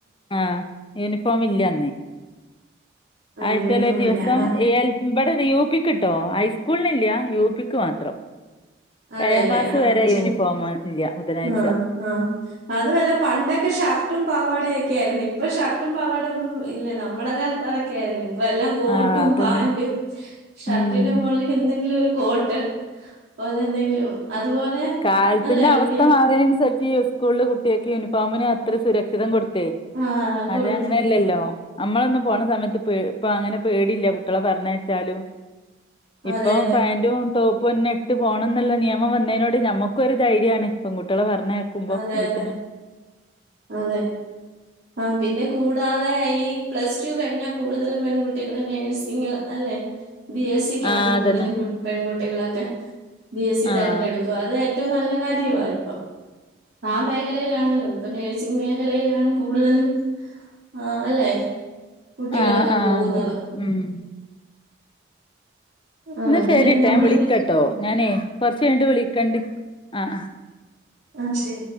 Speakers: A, on the left; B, on the right.
A: ആ യൂണി ഫോം ഇല്ലന്ന്‌
B: ആ
A: ആഴ്ചേൽ
B: യൂണിഫോം
A: ഒരു ദിവസം
B: ഇല്ല ആ
A: <unintelligible> യുപിക്കിട്ടോ ഹൈസ്കൂളിനില്ല യുപിക്ക് മാത്രം
B: അതെ
A: ഏഴാം
B: അല്ലെ
A: ക്ലാസ്
B: ആ
A: വരെ
B: ചെ
A: <unintelligible> ബുധനാഴ്ച.
B: ആ ആ അതുമല്ല പണ്ടൊക്കെ ഷർട്ടും പാവാടയൊക്കെ ആയിരുന്നു ഇപ്പൊ ഷ ർട്ടും പാവാട ഒന്നും ഇല്ലേ ന നമ്മള കാലത്ത് അതൊക്കെ ആയിരുന്നു. ഇപ്പ എല്ലാം കോട്ടും
A: ആഹ് അതന്നെ.
B: പാന്റും ഷർട്ടിന്റെ
A: ഉം
B: മുകളിൽ എന്തെങ്കിലും ഒരു കോട്ട് പോലെ എന്തെങ്കിലും അതുപോലെ
A: കാലത്തിന്റെ
B: അല്ലേ വിദ്യ?
A: അവസ്ഥ മാ <unintelligible> സരിച്ച് ഈ സ്കൂളില് കുട്ടികൾക്ക് യൂണിഫോമിന് അത്ര സുരക്ഷിതം കൊടു ത്ത്
B: ആ
A: അതെ
B: കൊടുത്ത്.
A: അങ്ങനെയല്ലല്ലോ
B: ഉം.
A: നമ്മളൊന്നും പോണ സമയത്ത് പേ ഇപ്പ അങ്ങനെ പേടില്ല്യ കുട്ടികളെ പറഞ്ഞയച്ചാലും. ഇപ്പം
B: അതെ, അതെ.
A: പാന്റും ടോ പൊന്നിട്ടു പോണംഎന്നള്ള നിയമം വന്നേനോട് ത് ഞമ്മക്ക് ഒരു ധൈര്യാണ് പെങ്കുട്ട്യാളെ പറ എണ്ണേക്കുമ്പം
B: അതെ,
A: വീട്ടിന്ന്
B: അതെ. അതെ. ആ പിന്നെ കൂടാതെ ഈ പ്ലസ് ടു കഴിഞ്ഞാ കൂടുതലും പെൺകുട്ടികള് നഴ്സിംഗ് അല്ലെ? ബി എസ് സിക്കാണ്
A: ആഹ്
B: കൂടുതലും
A: അതന്നെ
B: കു പെൺകുട്ടികളൊക്കെ ബി എസ് സി
A: ആഹ്
B: തിരഞ്ഞെടുക്കും, അത് ഏറ്റവും നല്ല കാര്യവാ ഇപ്പം, ആ മേഖലയിലാണല്ലോ ഇപ്പ നഴ്സിംഗ് മേഖലയിലാണ്. കൂടുതലും, ആ അല്ലെ? കുട്ടികളൊക്കെ
A: ആഹ് ആഹ്
B: പോകുന്നത്
A: അതന്നെ ഉം
B: ആ
A: ഇന്ന
B: അങ്ങനെ
A: ശരിട്ടാ
B: നമ്മുടെ
A: ഞാൻ വിളിക്കാട്ടോ
B: വി
A: ഞാനേ കൊറച്ചു കഴിഞ്ഞിട്ട് വിളിക്കണ്ട് ആഹ്
B: ആഹ് ശരി